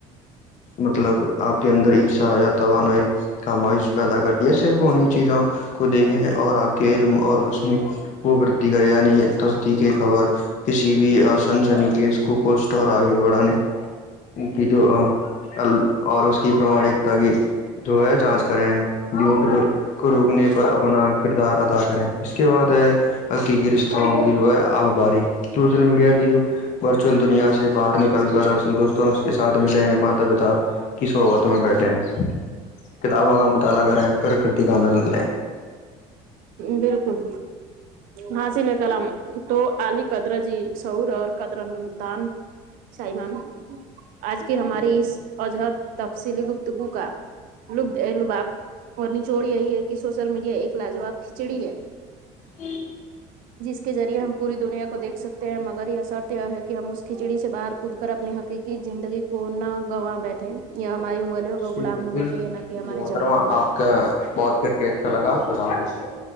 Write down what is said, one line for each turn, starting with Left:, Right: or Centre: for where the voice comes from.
Left: مطلب آپ کے اندر ہیشا توانائی خمائش پیدا کر صرف انہیں چیزوں کو دیکھے اور آپ کے علم اور اس میں وہ وردتی کرے یعنی تصدیق یہ خبر کسی بھی آ سن سنی کیس کو پوسٹ اور آگے بڑھانے کی جو اور اس کی پراماانکتا کی جو ہے جانچ کریں نٹر کو روکنے پر اپنا کردار ادا کریں اس کے بعد ہے حقیقی رشتہوں کی جو ہے آبباری سوشل میڈیا کی جو ورچوئل دنیا سے باہر نکل کل کر اصل دوستوں اس کے ساتھ ملے ہیں ماتا پتا ک صوت میں بیٹھیں ہیں کتابوں کا مطالعہ کریں پرکرت کا آ نند لیں
Right: بالکل ہاسی نے کللم تو عال قدر جی سور اور قدرن تان سمان آج کی ہماری اس عجہد تفصیلی گفتگو کا لب لباب اور نچوڑ یہی ہے کہ سوشل میڈیا ایک لاجواب کھچڑی ہے
Left: ہوں
Right: جس کےذریعے ہم پور دنیا کو دیک سک ہیں ہیں مگر یہ شرط یہ ہے کہ ہم اس کھچڑی سے باہر کود کر اپنی حقیقی زندگی کو نہ گنواں بیٹھے یہیا ہماریے
Left: جی بالکل
Right: ہونا چاہیے نہ کہ ہمارے
Left: جی محترمہ
Right: جان کم
Left: آپ کا بات کر کے اچھا لگا خدا حافظ